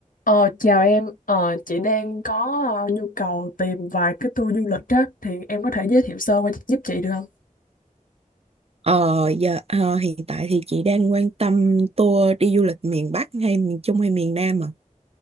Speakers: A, on the left; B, on the right.
A: Ờ, chào em, ờ, chị đang có ờ, nhu cầu tìm vài cái tour du lịch á, thì em có thể giới thiệu sơ qua giúp chị được không?
B: Ờ, giờ ờ, hiện tại thì chị đang quan tâm tour đi du lịch miền Bắc hay miền Trung hay miền Nam ạ?